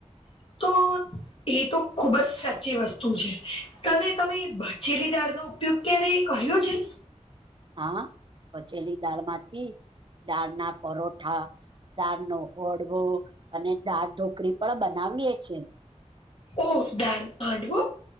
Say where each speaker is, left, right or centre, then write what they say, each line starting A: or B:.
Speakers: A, on the left; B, on the right.
A: તો એ તો ખુબ જ સાચી વસ્તુ છે તને તમે બચેલી દાળ નુ ઉપયોગ ક્યારેય કર્યો છે?
B: હા બચેલી દાળ માંથી દાળ ના પરોઠા દાળ નો ઓડવો અને દાળ ઢોકરી પણ બનાવીએ છે.
A: ઓ દાળ હાડવો